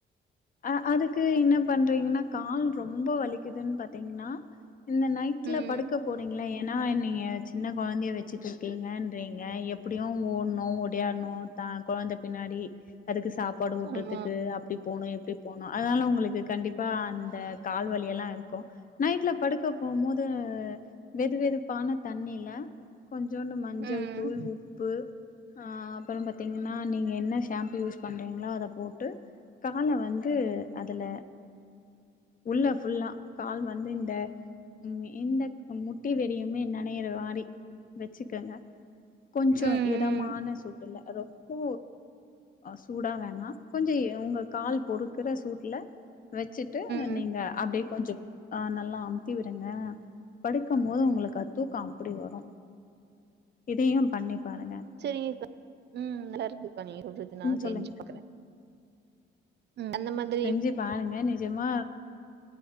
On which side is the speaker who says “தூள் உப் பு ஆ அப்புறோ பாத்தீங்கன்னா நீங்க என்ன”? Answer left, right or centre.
Left